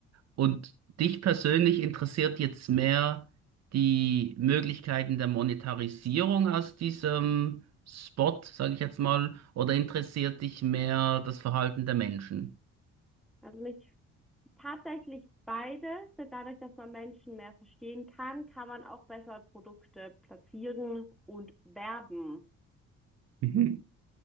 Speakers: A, on the right; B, in the centre.
A: Und dich persönlich interessiert jetzt mehr die Möglichkeiten der Monetarisierung aus diesem Spot, sage ich jetzt mal, oder interessiert dich mehr das Verhalten der Menschen?
B: Also mich Tatsächlich beides, denn dadurch, dass man Menschen mehr verstehen kann, kann man auch besser Produkte platzieren und werben.
A: Mhm.